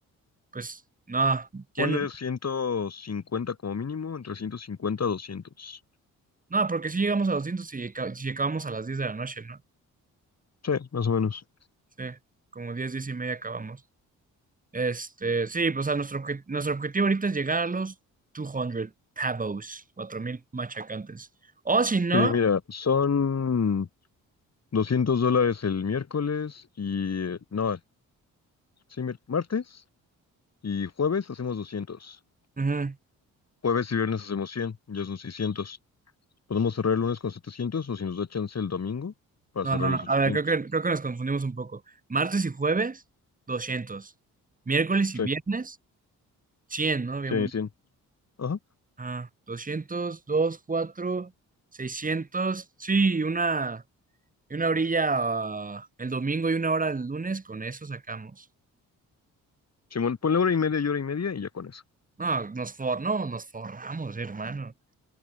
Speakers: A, on the right (about 20°); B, on the left (about 45°).
A: pues, no, ya
B: Ponle
A: no,
B: 150 como mínimo, entre 150 a 200.
A: no, porque si llegamos a doscientos 200 y ca- si acabamos a las 10 de la noche, ¿no?
B: Sí, más o menos.
A: Sí, como 10 10 y media acabamos. Este, sí, pues, o sea, nuestro, obje- nuestro objetivo ahorita es llegar a los 200 pavos, 4000 machacantes. O si no,
B: Sí, mira, son 200 dólares el miércoles y... eh, No, sí, mi- martes y jueves hacemos 200.
A: ujú,
B: Jueves y viernes hacemos 100, ya son 600. Podemos cerrar el lunes con 700 o si nos da chance el domingo para
A: No,
B: cerrar
A: no, no.
B: los 800.
A: A ver, creo que, creo que nos confundimos un poco. Martes y jueves, doscientos Miércoles
B: Sí,
A: y viernes, cien ¿no? Habíamos-
B: sí, 100. Ajá.
A: ah, 200 2 4 seiscientos Sí, una, y una orilla ah, el domingo y una hora el lunes, con eso sacamos.
B: Simón, ponle hora y media y hora y media y ya con eso.
A: No, nos for, no, nos forramos, hermano.